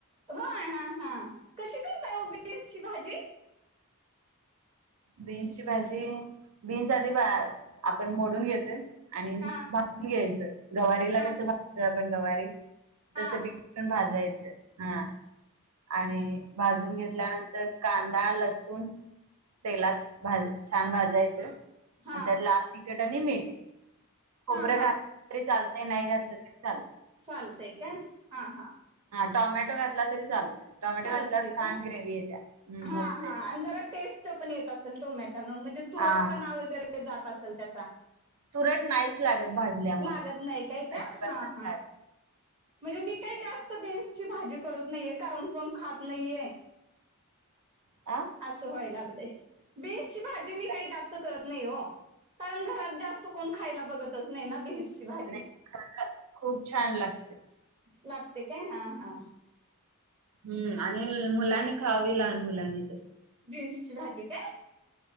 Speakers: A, on the right; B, on the right.
A: होय हा हा कशी करताय हो बीन्सची भाजी‌.
B: बीन्स ची भाजी बीन्स आधी आपण मोडून घेतोय आणि
A: हा
B: घ्यायचं गवारीला
A: हा
B: कसं भायचं आपण गवारी.
A: हा
B: तस बीन्स पण भाजायच हा. आणि भाजून घेतल्यानंतर कांदा, लसूण तेलात भा छान भाजायचं
A: हा
B: अन त्यात लाल तिखट आणि मीठ. खोबरं
A: हा
B: घातलं
A: हा
B: तरी चालतंय नाही घातलं तरी चालतय.
A: चालतय काय? हा हा.
B: हा टॉमॅटो घातला तरी चालत, टॉमॅटो
A: चालतंय
B: घातल्यावर छान
A: काय
B: ग्रेव येत्या
A: हा
B: मस्त
A: हा
B: येत्या.
A: आणि जरा टेस्ट पण येत असेल टोमॅटो न म्हणजे तुरटपणा
B: हा
A: वगैरे जात असेल त्याचा.
B: तुरट नाहीच लागत भाजल्यामुळं
A: लागत नाही काय त्या
B: अजिबातच
A: हा हा.
B: लागत
A: म्हणजे मी काही जास्त बीन्सची भाजी करत नाहीये. कारण कोण खात नाहीये.
B: आ.
A: असं व्हाय लागलंय, बीन्सची भाजी मी
B: काय
A: काही जास्त करत नाही हो. कारण घरात जास्त कोण खायला बघतत नाही ना भेस. ती भाजी,
B: नाही खरं खूप छान लागते
A: लागते काय हा हा.
B: हम्म आणि मुलांनी खावी लहान मुलांनी तर.
A: बीन्स ची भाजी काय?